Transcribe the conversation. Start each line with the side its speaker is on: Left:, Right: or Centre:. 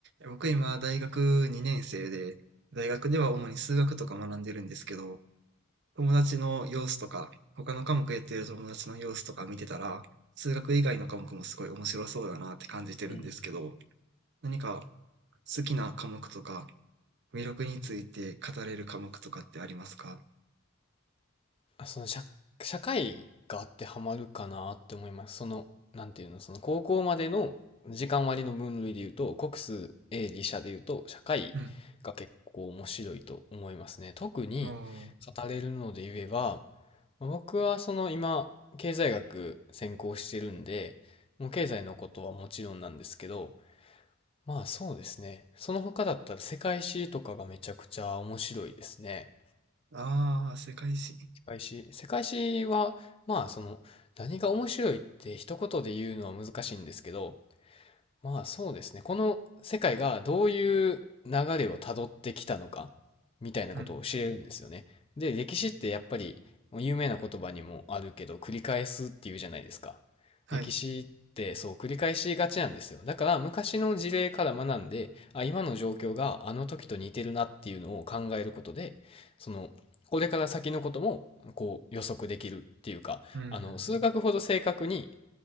Right: 僕今大学2年生で、大学では主に数学とか学んでるんですけど、友達の様子とか、他の科目やってる友達の様子とか見てたら、数学以外の科目もすごい面白そうだなって感じてるんですけど、
Left: うん。
Right: 何か好きな科目とか、魅力について語れる科目とかってありますか
Left: あ、その社、社会が当てはまるかなって思います。その、なんていうの、その高校までの時間割の分類で言うと、国数、英、理、社で言うと、社会が結構面白いと思いますね。
Right: うん。
Left: 特に
Right: おー。
Left: 語れるので言えば、まあ僕はその今、経済学専攻してるんで、もう経済のことはもちろんなんですけど、まあそうですね。その他だったら世界史とかがめちゃくちゃ面白いですね。
Right: ああ、世界史。
Left: 世界史。世界史は、まあ、その、何が面白いって一言で言うのは難しいんですけど、まあそうですね。この世界がどういう流れをたどってきたのかみたいなことを知れるんですよね。
Right: うん。
Left: で、歴史ってやっぱり有名な言葉にもあるけど、繰り返すっていうじゃないですか。
Right: はい。
Left: 歴史ってそう繰り返しがちなんですよ。だから昔の事例から学んで、あ、今の状況があの時と似てるなっていうのを考えることで、その、これから先のこともこう予測できるっていうか、
Right: うん。
Left: あの、数学ほど正確に